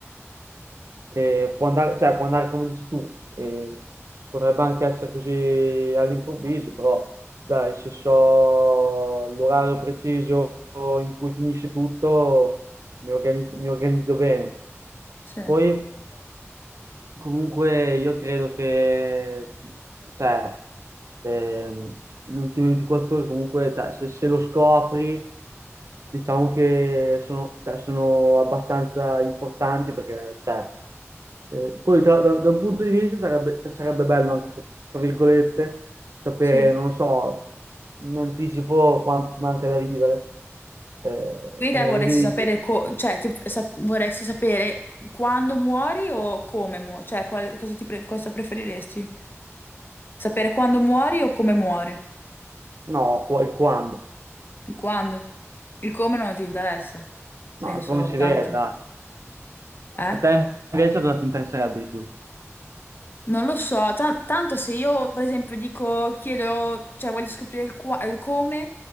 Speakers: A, on the right (about 80°); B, on the left (about 45°).
A: Eh, può andare, cioè, può andare come dici tu, eh, potrebbe anche essere così all'improvviso, però dai, se so l'orario preciso in cui finisce tutto, mi organi- mi organizzo bene.
B: Sì,
A: Poi. Comunque io credo che cioè, ehm, le ultime 24 ore comunque cioè, se, se lo scopri diciamo che sono, cioè, sono abbastanza importanti perché cioè, eh, poi tra- da, da un punto di vista sarebbe, cioè, sarebbe bello anche so- tra virgolette sapere
B: sì.
A: non lo so in anticipo quanto ti manca da vivere eh,
B: Vita
A: perché
B: vorresti
A: così dici,
B: sapere, co- cioè, ti- sa- vorresti sapere quando muori o come muori? Cioè, qual- cosa, ti pre- cosa preferiresti? Sapere quando muori o come muori?
A: no qua- il quando
B: Il quando? Il come non ti interessa? Senso,
A: no come si
B: tanto?
A: vede dai
B: Eh?
A: A te invece cosa ti interesserebbe di più?
B: Non lo so, tan- tanto se io per esempio dico, chiedo, cioè voglio scoprire il, qua- il come,